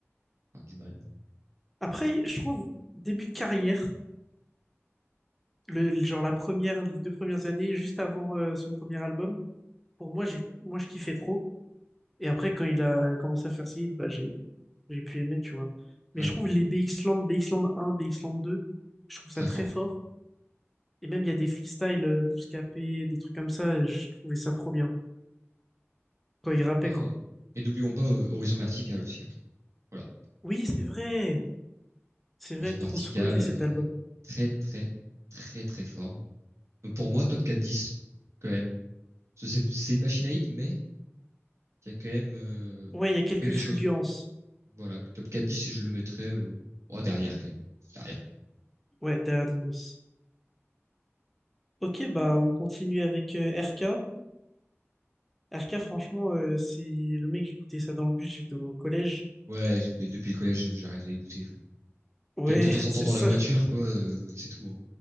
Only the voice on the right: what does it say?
Enfin, du mal.
Ouais,
très
fort.
Non,
et et n'oublions pas euh, Horizon Vertical aussi. hein. Voilà,
Horizon
Vertical,
euh,
très très très très fort. Donc pour moi, top 4-10, quand même. Ce- C'est c'est une machine à hit, mais qui a quand même euh,
fait des
choses. Voilà, top 4-10, je le mettrais euh, oh, derrière quand même. Derrière.
Ouais, et depuis le collège, j'ai arrêté d'écouter.
Peut-être de temps
en
temps dans
la voiture, quoi, euh, c'est tout. hein.